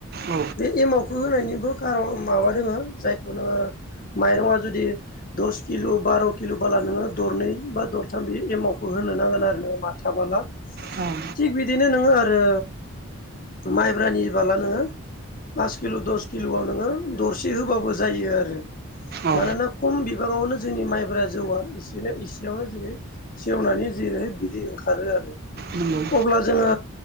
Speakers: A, on the right; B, on the left.
A: औ
B: बे एमावखौ होनायनिबो कारन माबा दोङो जायखौ नोङो माइरङा जुदि दस किल' बार' किल' बोला नोङो दरनै बा दरथाम बे एमावखौ होनो नांगोन आरो नोङो मा थाबाला
A: औ
B: थिग बिदिनो नोङो आरो माइब्रानि बाला नोङो पास किल दस किलआव नोङो दरसे होबाबो जायो आरो
A: औ
B: मानोना खम बिबाङावनो जोंनि माइब्रा जौआ इसेनो सियावनो जेरै सेवनानै जेरैहा बिदि ओंखारो आरो
A: नंगौ
B: अब्ला जोङो